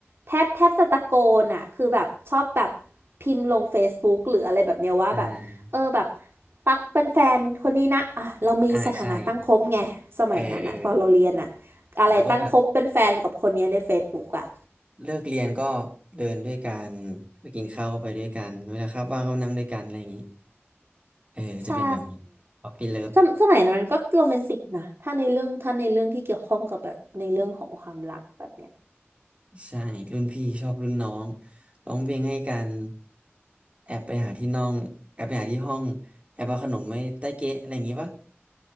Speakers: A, on the right (about 60°); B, on the right (about 25°).
A: แทบแทบจะตะโกนอ่ะคือแบบชอบแบบพิมพ์ลง Facebook หรืออะไรแบบเนี้ยว่าแบบเออแบบ
B: อ่า
A: ตักเป็นแฟนคนนี้นะอ่ะเรามีสถานะตั้งคบไงสมัยนั้นอ่ะตอนเราเรียนอ่ะ
B: อ่าใช่เออเออ
A: อะไรตั้งคบเป็นแฟนกับคนเนี้ยใน
B: แล้วก็แบบ
A: Facebook อ่ะ
B: เลิกเรียนก็เดินด้วยกันไปกินข้าวก็ไปด้วยกันเวลาครับว่างก็นั่งด้วยกันอะไรอย่างนี้เออจะเป็นแบบนี้ป๊อปปี้เลิฟ
A: ใช่สมสมัยนั้นมันก็โรแมนติกนะถ้าในเรื่องถ้าในเรื่องที่เกี่ยวข้องกับแบบในเรื่องของความรักแบบเนี้ย
B: ใช่รุ่นพี่ชอบรุ่นน้องร้องเพลงให้กันแอบไปหาที่น้องแอบไปหาที่ห้องแอบเอาขนมไว้ใต้เก๊ะอะไรอย่างงี้ปะ